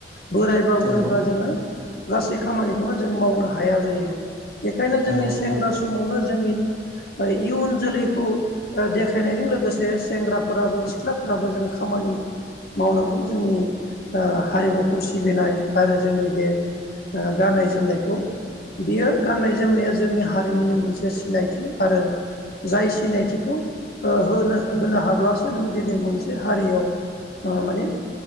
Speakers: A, on the left (about 55°); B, on the right (about 25°).
A: बोरायबा
B: नंगौ
A: बुरैबाजोङो गासै खामानिखौनो जोंङो मावनो हाया जायो। बेखायनो
B: नंगौ
A: जोंनि
B: नोंथां
A: सेंग्रा समावनो जोंनि इयुन जोलैखौ देखा खायनायजों लोगोसे सेंग्राफोराबो सिख्लाफोराबो जों खामानि मावनांगौ जोंनि ओ हारिमुखौ सिबिनाय आरो जोंनि बे गाननाय जोमनायखौ बियो गाननाय जोमनाया जोंनि हारिनिनो मोनसे सिनायथि आरो जाय सिनायथिखौ ओ होनो होनो हाब्लासो नों दिनै मोनसे हारियाव ओ माने